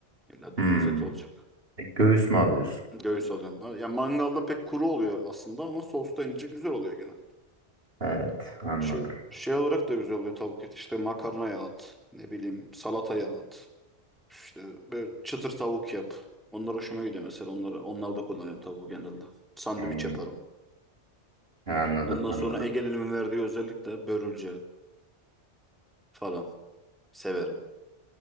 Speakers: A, in the centre; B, on the right.
A: İlla
B: Hmm.
A: dümdüz et olacak.
B: E, göğüs mü alıyorsun?
A: Göğüs alıyorum. Ha, Ya mangalda pek kuru oluyor aslında ama sosta ince güzel oluyor gene.
B: Evet. Anladım.
A: Şey, şey olarak da güzel oluyor tavuk eti. İşte makarnaya at. Ne bileyim salataya at. İşte böyle çıtır tavuk yap. Onlar hoşuma gidiyor mesela. Onları, onlarda kullanıyorum tavuğu genelde. Sandviç
B: Hmm,
A: yaparım.
B: Anladım.
A: Ondan
B: Anladım.
A: sonra Ege'nin verdiği özellikle börülce falan severim.